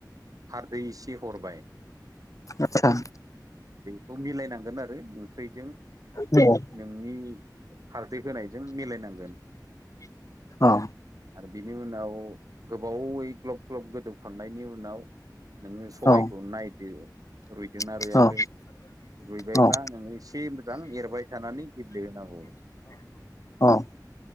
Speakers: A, on the right (about 55°); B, on the left (about 50°).
A: खारदै एसे हरबाय
B: आतसा
A: बेखौ मिलायनांगोन आरो ओंख्रिजों
B: औ
A: नोंनि खारदै होनायजों मिलायनांगोन
B: औ
A: आरो बिनि उनाव गोबावै ग्लब ग्लब गोदौखांनायनि उनाव नोङो सबायखौ
B: औ
A: नायदो रुइदोंना
B: औ
A: रुइयाखै रुइबायबा
B: औ
A: नोङो एसे मोजां एरबाय थानानै गेब्लेहोनांगौ
B: औ